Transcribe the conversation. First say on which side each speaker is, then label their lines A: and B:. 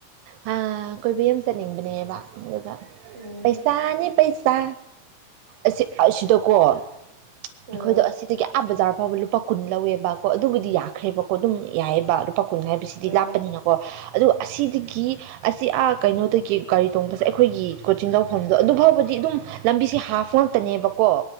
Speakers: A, on the right (about 80°); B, on the right (about 40°).
A: ꯑꯥ ꯀꯣꯏꯕ ꯑꯃ ꯆꯠꯅꯤꯡꯕꯅꯦꯕ ꯑꯗꯨꯒ
B: ꯎꯝ
A: ꯄꯩꯁꯥꯅꯤ ꯄꯩꯁꯥ ꯑꯁꯤ ꯑꯁꯤꯗꯀꯣ ꯑꯩꯈꯣꯏꯗꯣ
B: ꯎꯝ
A: ꯑꯁꯤꯗꯒꯤ ꯑꯥ ꯕꯖꯥꯔ ꯐꯥꯎꯕ ꯂꯨꯄꯥ ꯀꯨꯟ ꯂꯧꯋꯦꯕꯀꯣ ꯑꯗꯨꯕꯨꯗꯤ ꯌꯥꯈ꯭ꯔꯦꯕꯀꯣ ꯑꯗꯨꯝ ꯌꯥꯏꯑꯕ ꯂꯨꯄꯥ ꯀꯨꯟ ꯍꯥꯏꯕ ꯁꯤꯗꯤ
B: ꯎꯝ
A: ꯂꯥꯞꯄꯅꯤꯅꯀꯣ ꯑꯗꯨ ꯑꯁꯤꯗꯒꯤ ꯑꯁꯤ ꯑꯥ ꯀꯩꯅꯣꯗꯒꯤ ꯒꯥꯔꯤ ꯇꯣꯡꯕꯁꯦ ꯑꯩꯈꯣꯏꯒꯤ ꯀꯣꯆꯤꯡ ꯇꯧꯐꯝꯗꯣ ꯑꯗꯨ ꯐꯥꯎꯕꯗꯤ ꯑꯗꯨꯝ ꯂꯝꯕꯤꯁꯦ ꯍꯥꯞꯐ ꯉꯛꯇꯅꯦꯕ ꯀꯣ